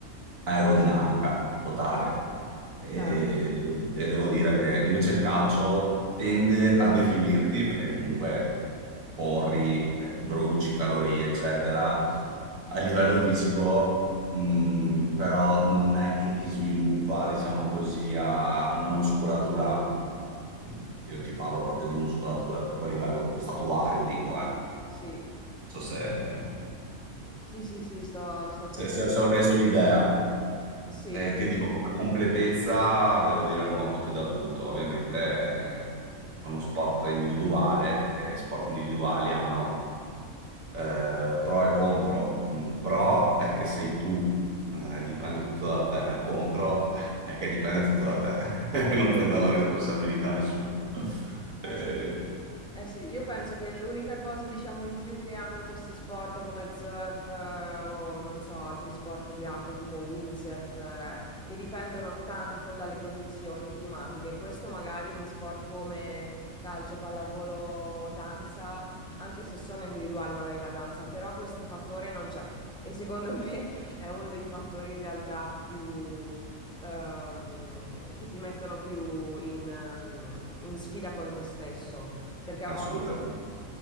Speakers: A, on the right; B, in the centre.
A: aerodinamica totale. E
B: Certo.
A: devo, e devo dire che invece il calcio tende a definirti, perché comunque corri, eh, bruci calorie, eccetera a livello fisico, mh, però non è che ti sviluppa, diciamo così, a una muscolatura. mh, Io ti parlo proprio di muscolatura, tipo a livello
B: Sì,
A: statuario,
B: sì, sì.
A: dico, eh. Non
B: Sì,
A: so se,
B: sì, sì, sì, sto, sto capendo.
A: se, se- se ho reso l'idea.
B: Sì.
A: Eh, ti dico, come completezza devo dire il nuoto ti dà tutto, ovviamente eh, è uno sport individuale, e sport individuali hanno eh, pro e contro. Un pro è che sei tu, eh, dipende tutto da te, contro è che dipende tutto da te, <laughs> non puoi dare la responsabilità a nessuno. Eh,
B: Eh, sì. Eh sì, io penso che l'unica cosa, diciamo, in più che hanno questi sport come il surf, eh, o non so, altri sport di acqua tipo windsurf, eh, che dipendono tanto dalle condizioni climatiche. Questo magari in sport come calcio, pallavolo, danza, anche se sono individuali magari la danza, però questo fattore non c'è. E secondo <laughs> me è uno dei fattori in realtà più ehm, che ti mettono più in, ehm, in sfida con te stesso perché a
A: assolutamente,
B: volte,